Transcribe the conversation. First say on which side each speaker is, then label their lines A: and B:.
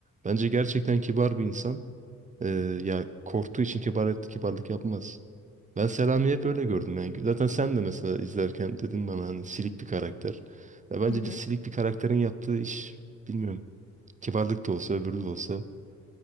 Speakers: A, on the right; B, on the left.
A: Bence gerçekten kibar bir insan. Ee, ya korktuğu için kibar, kibarlık yapmaz. Ben Selami'yi hep
B: evet.
A: öyle gördüm. Yani zaten sen de mesela izlerken dedin bana hani silik bir karakter. Ya bence
B: Hı hı.
A: bir silik bir karakterin yaptığı iş bilmiyorum. Kibarlık da olsa öbürü de olsa